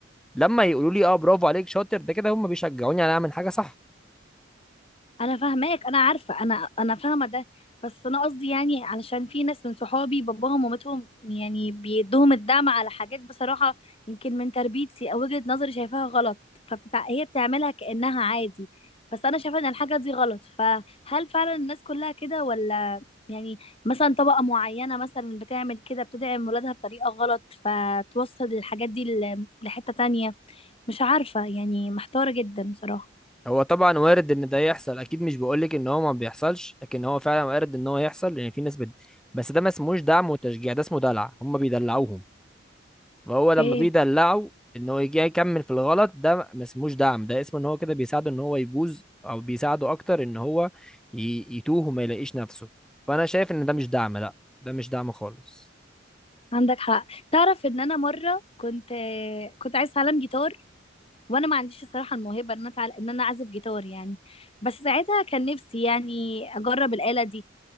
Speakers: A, in the centre; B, on the left.
A: لما يقولوا لي اه برافو عليك شاطر ده كده هم بيشجعوني على اعمل حاجة صح
B: انا فاهماك انا عارفه انا انا فاهمه ده بس انا قصدي يعني علشان في ناس من صحابي باباهم ومامتهم يعني بيدوهم الدعم على حاجات بصراحه يمكن من تربيتي او وجهه نظري شايفاها غلط فبتتع... هي بتعملها كانها عادي بس انا شايفه ان الحاجه دي غلط فهل فعلا الناس كلها كده ولا يعني مثلا طبقه معينه مثلا بتعمل كده بتدعم ولادها بطريقه غلط فتوصل الحاجات دي ل- لحته تانية مش عارفه يعني محتاره جدا بصراحه
A: هو طبعا وارد ان ده يحصل اكيد مش بقولك ان هو ما بيحصلش لكن هو فعلا وارد ان هو يحصل لان في ناس بت... بس ده ما اسموش دعم وتشجيع ده اسمه دلع هم بيدلعوهم فهو لما
B: اوكي
A: بيدلعوا ان هو يجي يكمل في الغلط ده ما اسموش دعم ده اسمه ان هو كده بيساعده ان هو يبوظ او بيساعده اكتر ان هو ي... يتوه وما يلاقيش نفسه فانا شايف ان ده مش دعم لا ده مش دعم خالص
B: عندك حق تعرف ان انا مره كنت كنت عايز اتعلم جيتار وانا ما عنديش الصراحه الموهبه ان انا أتعل- ان انا اعزف جيتار يعني بس ساعتها كان نفسي يعني اجرب الاله دي